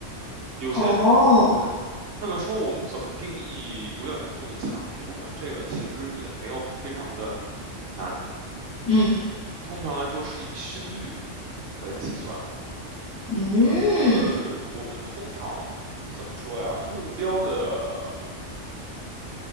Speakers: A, on the right; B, on the left.
A: 有些，
B: 哦，
A: 对，那么说我们怎么定义有氧运动的强度呢？这个其实也没有非常的难，
B: 嗯
A: 通常来说是以心率来计算的。
B: 嗯，
A: 对，我们通常怎么说呀？目标的